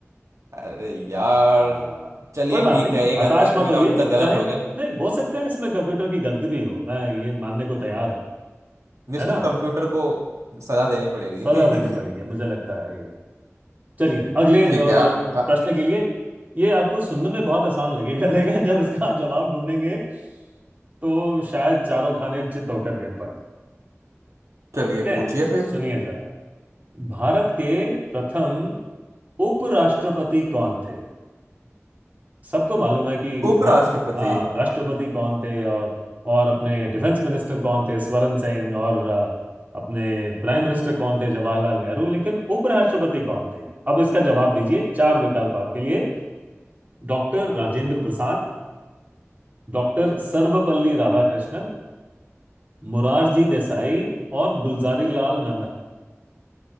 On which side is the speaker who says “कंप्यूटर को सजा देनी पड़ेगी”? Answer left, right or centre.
Right